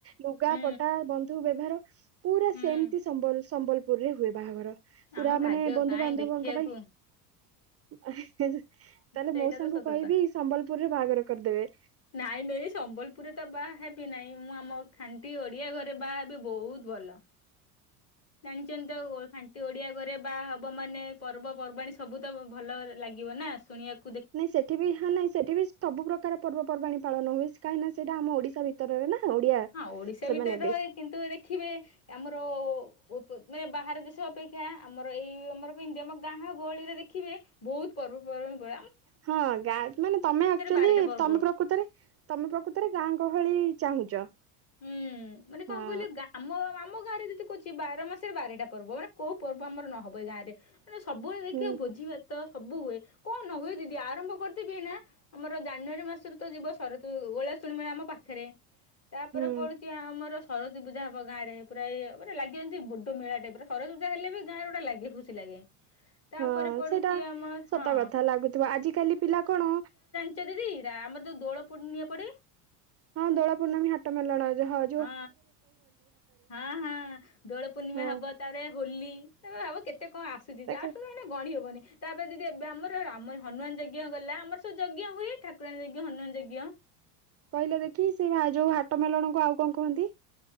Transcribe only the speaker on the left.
ହୁଁ
ହୁଁ
ଆମ ଭାଗ୍ୟ
କାହିଁ
ଦେଖିବାକୁ
ସେଇଟା
ତ ସତକଥା
ନାଇ ନେଇ ସମ୍ବଲପୁରରେ ତ ବା ହେବିନାଇଁ ମୁଁ ଆମ ଖାଣ୍ଟି ଓଡିଆ ଘରେ ବାହା ହେବି ବୋହୁତ୍ ଭଲ। ଜାଣିଚନ୍ତ ଆଉ ଖାଣ୍ଟି ଓଡିଆ ଘରେ ବା ହବ ମାନେ ପର୍ବପର୍ବାଣିୀ ସବୁ ତ ଭଲ ଲାଗିବ ନା ଶୁଣିଆକ୍
ହଁ ଓଡିଶା
ଭିତରେ ରହେ
କିନ୍ତୁ ଦେଖିବେ ଆମର ମାନେ ବାହାର ଦେଶ ଅପେକ୍ଷା ଆମର ଏଇ ଆମର କେତି ଆମ ଗାଁ ଗହଳିରେ ଦେଖିବେ ବହୁତ ପର୍ବପର୍ବା
ବାରଟା ପର୍ବ
ହୁଁ ମାନେ କଣ
କହିଲେ ଗାଁ ଆମ ଆମ ଗାଁରେ ଯଦି କହୁଛି ବାର ମାସରେ ବାରଟା ପର୍ବ ମାନେ କୋଉ ପର୍ବ ଆମର ନହବ ଏଇ ଗାଁରେ ନେ ସବୁବେଳେ ଦେଖିବ
ଭୋଜି ଭାତ ସବୁ ହୁଏ କଣ ହୁଏ ଦିଦି ଆରମ୍ଭ କରିଦେବି ଏଇନା ଆମର ଜାନୁଆରୀ ମାସରୁ ତ ଯିବ ସରତ ଓଳା ଶୁଣି ମେଳା ଆମ ପାଖରେ ତାପରେ
ପଡୁଛି ଆମର ସର ସରସ୍ବତୀ ପୂଜା ହବ ଗାଁରେ ପୁରା ମାନେ ଲାଗିବ ବଡ ମେଳା ଟାଇପ ସରସ୍ବତୀ ପୂଜା ହେଲେ ବି ଗାଁରେ ଗୋଟେ ଲାଗେ ଖୁସି ଲାଗେ ତାପରେ
ପଡୁଛି
ଆମର
ହଁ
ଆଚଛା ଦି ଆମର ଯୋଉ ଦୋଳ ପୁର୍ଣିମା ପଡେ
ହଁ ହଁ ହଁ ଦୋଳ ପୂର୍ଣ୍ଣିମା
ହବ ତାରେ ହୋଲି ତ ହବ କେତେ କଣ ଆସୁଛି
ଲାଷ୍ଟ ନେ ଗଣି ହବନି ତାପରେ ଦିଦି ଏବେ ଆମର ରାମ ହନୁମାନ ଯଜ୍ଞ ଗଲା ଆମର ସବୁ ଯଜ୍ଞ ହୁଏ ଠାକୁରାଣୀ ଯଜ୍ଞ, ହନୁମାନ ଯଜ୍ଞ